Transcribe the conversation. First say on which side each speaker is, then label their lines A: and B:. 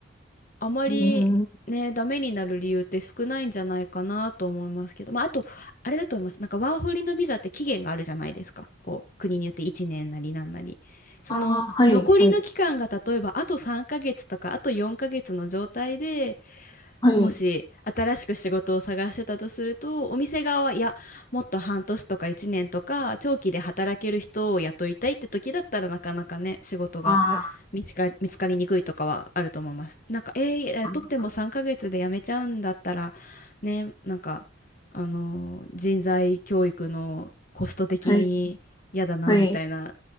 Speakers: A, on the left; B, on the left.
A: あまりね、
B: うん。
A: ダメになる理由って少ないんじゃないかなと思いますけど、まあ、あと、あれだと思います。なんかワーホリのビザって期限があるじゃないですか。こう、国によって1年なりなんなり。その残りの期間が例えばあと3ヶ月とかあと4ヶ月の状態で
B: ああ、はい、はい、はい。
A: もし新しく仕事を探してたとすると、お店側は、いや、もっと半年とか1年とか、長期で働ける人を雇いたいって時だったらなかなかね、仕事が
B: あ
A: 見つか、見つかりにくいとかはあると思います。なんか、えー、雇っても3ヶ月で辞めちゃうんだったら、
B: あ、
A: ね、なんか、あのー人材教育のコスト的に嫌だな、
B: はい、はい。
A: みたいな。